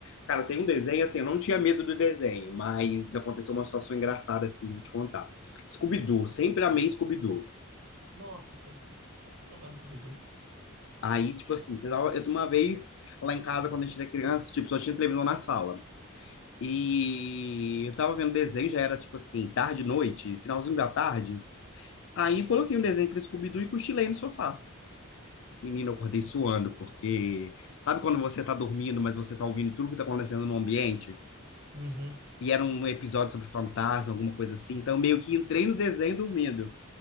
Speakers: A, on the left (about 60°); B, on the right (about 85°).
A: Cara, tem um desenho assim, eu não tinha medo do desenho, mas aconteceu uma situação engraçada assim, vou te contar. Scooby-Doo, sempre amei Scooby-Doo.
B: Nossa, Scooby-Doo. Nossa, eu adoro Scooby-Doo.
A: Aí, tipo assim, eu uma vez lá em casa, quando a gente era criança, tipo, só tinha televisão na sala. E eu tava vendo desenho, já era tipo assim, tarde, noite, finalzinho da tarde. Aí eu coloquei um desenho pra Scooby-Doo e cochilei no sofá. Menina, eu acordei suando, porque sabe quando você tá dormindo, mas você tá ouvindo tudo que tá acontecendo no ambiente?
B: Uhum.
A: E era um episódio sobre fantasma, alguma coisa assim. Então, eu meio que entrei no desenho dormindo.